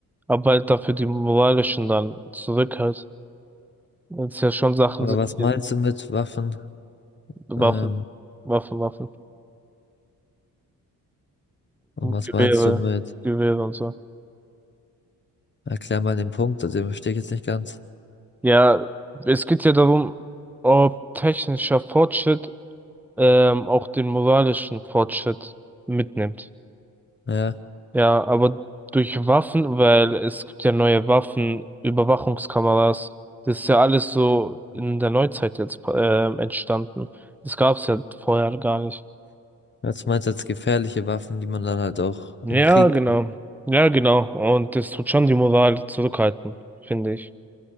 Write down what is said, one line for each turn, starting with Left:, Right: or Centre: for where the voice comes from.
Centre: aber halt dafür die moralischen dann zurück halt. Weil es ja schon Sachen
Left: Aber
Centre: sind,
Left: was
Centre: die
Left: meinst du mit Waffen?
Centre: Waffen,
Left: Ähm,
Centre: Waffen, Waffen,
Left: und was
Centre: Gewehre,
Left: meinst du mit?
Centre: Gewehre und so.
Left: Erklär mal den Punkt, also den verstehe ich jetzt nicht ganz.
Centre: Ja, es geht ja darum, ob technischer Fortschritt ähm, auch den moralischen Fortschritt mitnimmt.
Left: Ja.
Centre: Ja, aber durch Waffen, weil es gibt ja neue Waffen, Überwachungskameras, das ist ja alles so in der Neuzeit jetzt ähm, entstanden. Das gab's ja vorher gar nicht.
Left: Was meinst du als gefährliche Waffen, die man dann halt auch
Centre: Ja,
Left: im Krieg.
Centre: genau. Ja, genau. Und das tut schon die Moral zurückhalten, finde ich.